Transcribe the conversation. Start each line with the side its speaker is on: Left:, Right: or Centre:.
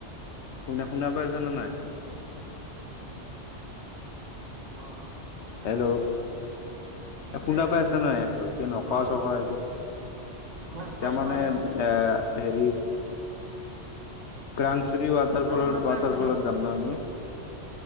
Left: শুনা, শুনা পাই আছা নে নাই?
Right: আ আ,
Left: হেল্লো' এ শুনা
Right: দে
Left: পাই
Right: কথা
Left: আছ নাই ভালকে নক‌ও
Right: অ
Left: চক‌ও একো।
Right: মই পাই
Left: তাৰ মানে
Right: পাই আছো
Left: এ
Right: শুনা
Left: হেৰি - ক্ৰাংচুৰী ৱাটাৰফলৰ
Right: তই শুনা পাই
Left: ৱাটাৰফলত
Right: আছ নে নাই
Left: যাম ন আমি?